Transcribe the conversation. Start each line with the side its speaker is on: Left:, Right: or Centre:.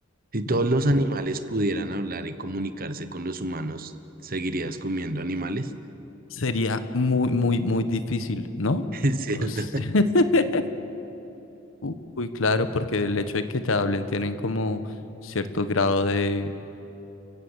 Right: Si
Left: ya.
Right: todos los animales pudieran hablar y comunicarse con los humanos, ¿seguirías comiendo animales?
Left: Sería muy, muy, muy difícil, ¿no?
Right: <laughs> Es cierto.
Left: O sea, <laughs> u- Uy, claro, porque el hecho de que te hablen tienen como cierto grado de,